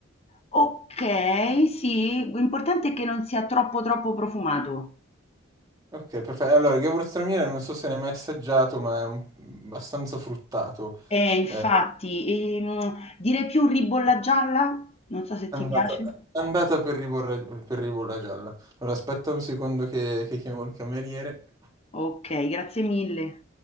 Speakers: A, on the left; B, on the right.
A: Ok, sì, l'importante è che non sia troppo troppo profumato.
B: Ok, perfetto. Allora, il Gewürztraminer non so se l'hai mai assaggiato, ma è un- abbastanza fruttato.
A: Eh, infatti,
B: Eh,
A: ehm, direi più ribolla gialla? Non so se ti
B: Andata,
A: piace.
B: andata per riborra, per ribolla gialla. Allora, aspetta un secondo che, che chiamo il cameriere,
A: Ok, grazie mille.